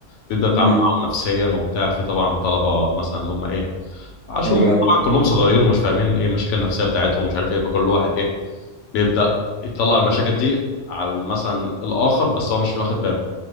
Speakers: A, on the left; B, on the right.
A: بيبدأ يتعامل
B: مم.
A: معاهم نفسيا وبتاع في طبعا طلبة مثلا اللي هم ايه عشان
B: حلو
A: هم طبعا
B: أوي.
A: كلهم صغيرين ومش فاهمين ايه المشاكل النفسية بتاعتهم ومش عارف ايه فكل واحد ايه بيبدأ يطلع المشاكل دي على مثلا الآخر بس هو مش واخد باله